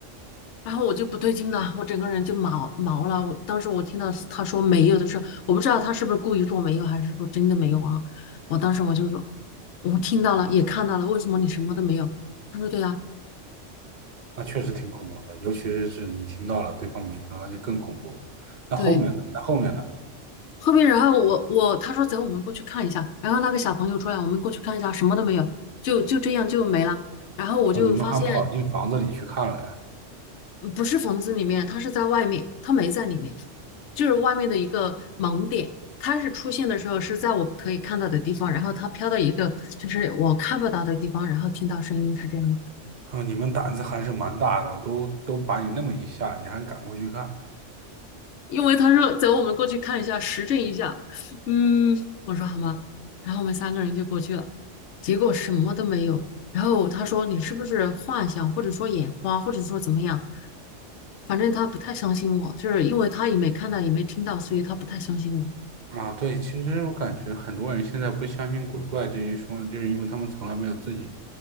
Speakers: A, on the left; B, on the right.
A: 然后我就不对劲了，我整个人就毛毛了。我当时我听到他说没有的时候，我不知道他是不是故意说没有，还是说真的没有啊？我当时我就说，我听到了，也看到了，为什么你什么都没有？他说对呀、
B: 那确实挺恐怖的，尤其是是你听到了，对方没听到，那就更恐怖了。那后面呢？
A: 对。
B: 那后面呢？
A: 后面然后我我他说走，我们过去看一下。然后那个小朋友出来，我们过去看一下，什么都没有，就就这样就没了。然后我就发现
B: 哦，你们还跑进房子里去看了呀？
A: 不是房子里面，他是在外面，他没在里面，就是外面的一个盲点。它是出现的时候是在我可以看到的地方，然后它飘到一个就是我看不到的地方，然后听到声音是这样子。
B: 哦，你们胆子还是蛮大的，都都把你那么一吓，你还敢过去看？
A: 因为他说走，我们过去看一下，实证一下。嗯，我说好吗？然后我们三个人就过去了，结果什么都没有。然后他说你是不是幻想，或者说眼花，或者说怎么样？反正他不太相信我，就是因为他也没看到，也没听到，所以他不太相信我。
B: 啊，对，其实我感觉很多人现在不相信鬼怪这一说呢，就是因为他们从来没有自己